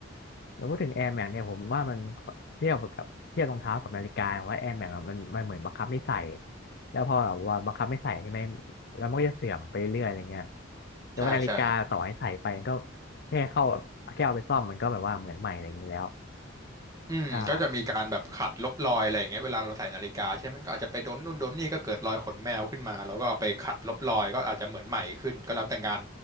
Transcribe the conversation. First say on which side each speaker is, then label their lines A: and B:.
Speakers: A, on the left (about 55°); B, on the right (about 20°).
A: แล้วพูดถึง Air Max เนี่ยผมว่ามันเทียบกับเทียบรองเท้ากับนาฬิกาว่า Air Max อะมันมันเหมือนบังคับไม่ใส่แล้วพอแบบว่าบังคับไม่ใส่ใช่ไหมแล้วมันก็จะเสื่อมไปเรื่อยอะไรเงี้ยแต่ว่านาฬิกาต่อให้ใส่ไปก็
B: ใช่ใช่
A: แค่เข้าแค่เอาไปซ่อมมันก็แบบว่าเหมือนใหม่อะไรอย่างนี้แล้ว
B: อืมก็จะมีการแบบขัดลบรอยอะไรอย่างเงี้ยเวลาเราใส่นาฬิกาใช่ไหมมันก็อาจจะไปโดนนู่นโดนนี่ก็เกิดรอยขนแมวขึ้นมาแล้วก็เอาไปขัดลบรอยก็อาจจะเหมือนใหม่ขึ้นก็แล้วแต่งาน
A: ใช่